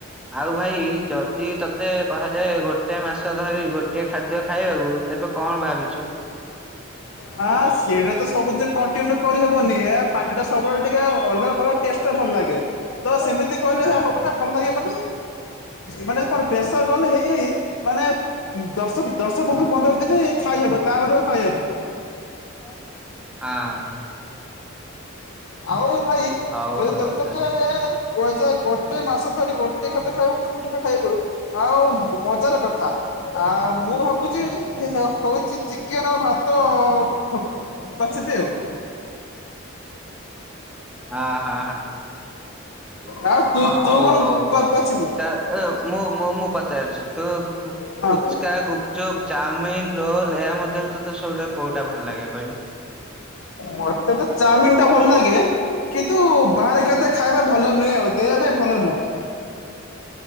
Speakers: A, in the centre; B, on the left (about 75°).
A: ଆଉ ଭାଇ ଯଦି ତତେ କୁହାଯାଏ ଗୋଟେ ମାସ ଧରି ଗୋଟେ ଖାଦ୍ୟ ଖାଇବୁ ତେବେ କଣ ଭାବିଛୁ?
B: ହଁ ସେଇଟା ତ ସବୁ ଜିନ କଣ୍ଟିନ୍ୟୁ କରିହେବନି, ଏ ପାଟି ଟା ସବୁବେଳେ ଟିକେ ଅଲଗା ପ୍ରକାର ଟେଷ୍ଟ ଭଲ ଲାଗେ ତ ସେମିତି କହିଲେ
A: ହଁ
B: ହେ ହବନ ଭଲ ଲାଗିବନି ମାନେ ଏ <unintelligible> ପ୍ରେସର କଲେ ହେଇ ହୋଇ ମାନେ ଦଶ ଦଶ ପନ୍ଦର ପନ୍ଦର ତେବେ ଖାଇହବ
A: ହଁ
B: ତାପରେ ଖାଇହବନି।
A: ହଁ।
B: ଆଉ ଭାଇ
A: ହଉ
B: ତୁ <unintelligible>
A: ହଉ ତାହେଲେ
B: କୁହାଯାଏ ଗୋଟେ ମାସ ଧରି ଗୋଟେ ଖାଦ୍ୟ ଖାଇବ ଗୋଟେ <unintelligible> ଖାଇବୁ ଆଉ ମଜାର କଥା ଆଉ ମୁଁ ଭାବୁଚି ହଉଚି ଚିକେନ ଆଉ ଭାତ। <unintelligible>
A: ହଁ ହଁ ହ
B: ଆଉ ତୁ
A: ହ
B: ତୁ
A: ହଉ
B: କଣ
A: ହଉ
B: ବା- ବାଛିବୁ
A: ତା ଏ ମୁଁଁ ମୁଁ ପଚାରୁିଛି ତୁ ଫୁଚୁକା
B: ହଁ
A: ଗୁପ୍ ଚୁପ୍ ଚାଉମିନ ଲେ ମଧ୍ୟରେ ତତେ ସବୁଟା କୋଉଟା ଭଲ ଲାଗେ କହିଲୁ?
B: ମତେ ତ ଚାଉମିନ ଟା ଭଲ ଲାଗେ, କିନ୍ତୁ ବାହାରେ ଖାଦ୍ୟ ଖାଇବା ଭଲ ନୁହେଁ, ଆଉ ଦେହ ପାଇଁ ଭଲ ନୁହଁ।
A: <unintelligible>